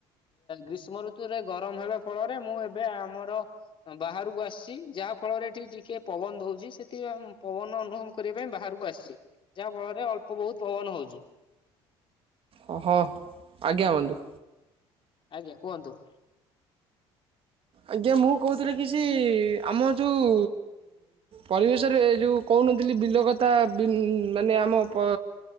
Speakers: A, on the left (about 45°); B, on the right (about 50°).
A: ଗ୍ରୀଷ୍ମ ଋତୁରେ ଗରମ ହେବା ଫଳରେ ମୁଁ ଏବେ ଆମର ବାହାରକୁ ଆସିଛି ଯାହା ଫଳରେ ଏଠି ଟିକେ ପବନ ଦଉଛି। ସେଠି ଆ ପବନ ଅନୁଭବକୁ କରିବା ପାଇଁ ବାହାରକୁ ଆସଚି। ଯାହା ଫଳରେ ଅଳ୍ପ ବହୁତ୍ ପବନ ହଉଚି।
B: ହ ହଁ ଆଜ୍ଞା ବନ୍ଧୁ।
A: ଆଜ୍ଞା କୁହନ୍ତୁ?
B: ଆଜ୍ଞା ମୁଁ କହୁଥିଲି କି ସେ ଆମ ଯେଉଁ ପରିବେଶରେ ଏ ଯେଉଁ କହୁନଥିଲି ବିଲ କଥା ମାନେ ବି ଆମ ପ